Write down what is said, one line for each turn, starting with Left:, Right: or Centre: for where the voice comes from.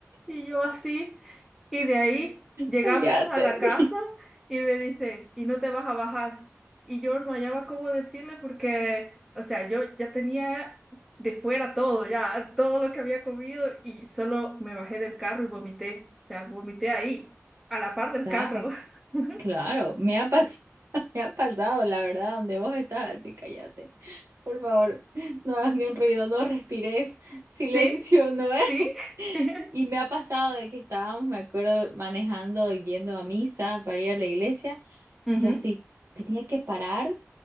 Centre: Y yo así, y de ahí llegamos
Right: Cállate.
Centre: a la casa
Right: <laughs>
Centre: y me dice, ¿y no te vas a bajar? Y yo no hallaba cómo decirle porque, o sea, yo ya tenía de fuera todo, ya todo lo que había comido y solo me bajé del carro y vomité, o sea, vomité ahí, a la par del
Right: Claro.
Centre: carro. <laughs>
Right: Claro, me ha pasado, <laughs> me ha pasado, la verdad, donde vos estás, así cállate. Por favor, <laughs> no hagas ni un ruido, no respires, silencio,
Centre: Sí,
Right: ¿no es?
Centre: sí.
Right: <laughs>
Centre: <laughs>
Right: Y me ha pasado de que estábamos, me acuerdo, manejando, y yendo a misa para ir a la iglesia,
Centre: Ujú.
Right: y yo así, tenía que parar,